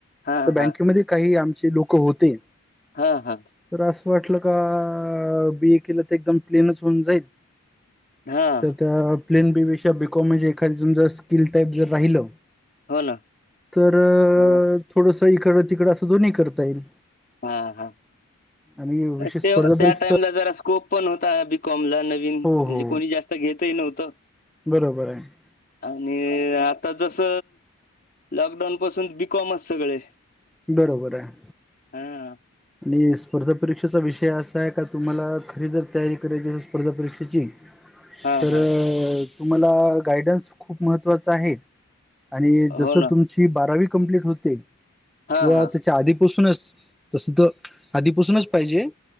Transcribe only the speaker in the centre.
ते
बँकेमध्ये काही, आमचे लोक होते
तर, असं वाटलं का बीए केलं तर एकदम प्लेनच होऊन जाईल
तर त्या प्लेन बी बी पेक्षा, बीकॉम म्हणजे एखादीम स्किल टाईप जर राहिलं
तर,
थोडस इकडं तिकड असं दोन्ही करता येईल
आणि विशेष
स्पर्धा
परीक्षा
हो
हो
बरोबर आहे
बरोबर आहे
आणि, स्पर्धा परीक्षेचा विषय असा आहे, का तुम्हाला खरी जर तयारी करायची अस स्पर्धा परीक्षेची
तर,
तुम्हाला गायडन्स खूप महत्त्वाचा आहे आणि, जसं
तुमची बारावी कंप्लीट होते.
किंवा
त्याच्या आधीपासूनच तस तर आधीपासूनच पाहिजे